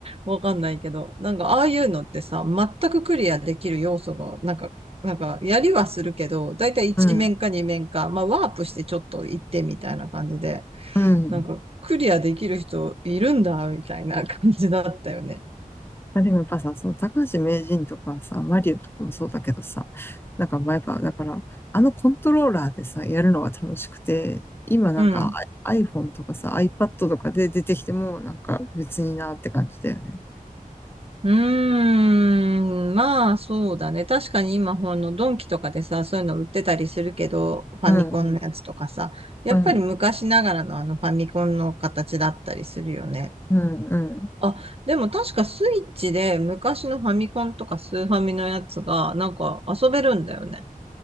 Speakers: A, on the right (about 40°); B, on the left (about 15°).
A: わかんないけど。なんか、ああいうのってさ、全くクリアできる要素が、なんか、なんか、やりはするけど、だいたい1面か2面か、
B: うん、
A: まあ、ワープしてちょっと行ってみたいな感じで、
B: うん。
A: なんか、クリアできる人いるんだ、みたいな感じだったよね。
B: あ、でもやっぱさ、その高橋名人とかさ、マリオとかもそうだけどさ、なんかまあやっぱ、だから、あのコントローラーでさ、やるのが楽しくて、今なんか
A: うん。うん
B: I- イ p h o n e とかさ、iPad とかで出てきても、なんか別になって感じだよね。
A: うーん、まあそうだね。確かに今、ほんのドンキとかでさ、そういうの売ってたりするけど、ファミコンのやつとかさ、
B: うん、うん、
A: やっぱり昔ながらのあのファミコンの形だったりするよね。
B: うん、うん、うん。
A: あ、でも確かスイッチで昔のファミコンとかスーファミのやつがなんか遊べるんだよね。